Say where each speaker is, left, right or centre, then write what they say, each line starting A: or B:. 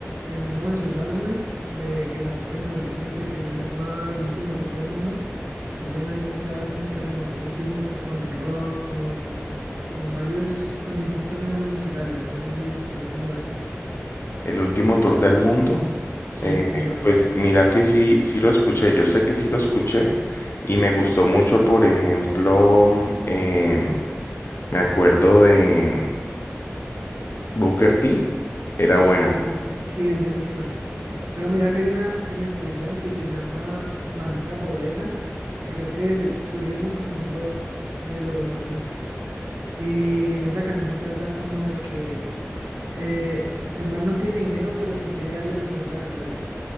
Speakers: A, on the right; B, on the left.
A: en uno de sus álbumes de, que sacó en el dos mil veinte que se llama El último tour del mundo, ese man en ese álbum experimentó muchísimo con el rock, con, con varios, con distintos géneros musicales. No sé si escuchaste ese álbum.
B: El último tour del mundo.
A: Sí,
B: Eh,
A: así se llama.
B: pues mira que sí, sí lo escuché, yo sé que sí lo escuché y me gustó mucho, por ejemplo, mm, em, me acuerdo de Booker T, era buena.
A: Ok, sí, es buenísima. Pero mira que hay una en especial que se llama Maldita Pobreza, que creo que es el- su ritmo es como un rock de los noventa Y en esa canción trata como de que eh, el man no tiene dinero, pero que quiere darle lo mejor a la novia,